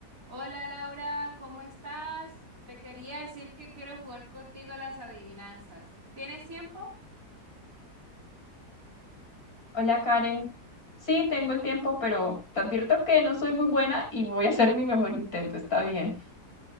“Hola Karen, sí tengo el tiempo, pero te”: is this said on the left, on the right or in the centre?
Left